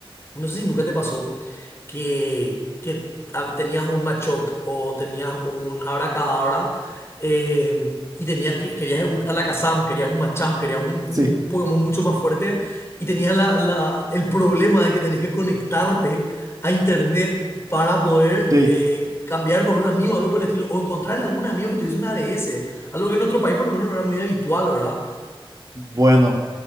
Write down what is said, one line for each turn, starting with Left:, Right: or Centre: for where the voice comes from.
Left: No sé si nunca te pasó que, que a- tenías un machoc o tenías un abracadabra eh, y tenías que querías un Alakazam, querías un Machamp, querías un, un
Right: sí,
Left: Pokémon mucho más fuerte y tenías la- la- el problema de que tenías que conectarte a internet para poder
Right: sí.
Left: eh, cambiar con un amigo, algo por el estilo, o encontrar algún amigo que tuviese una ADS, algo que en otro país por lo menos no era muy habitual, ¿verdad?
Right: Bueno.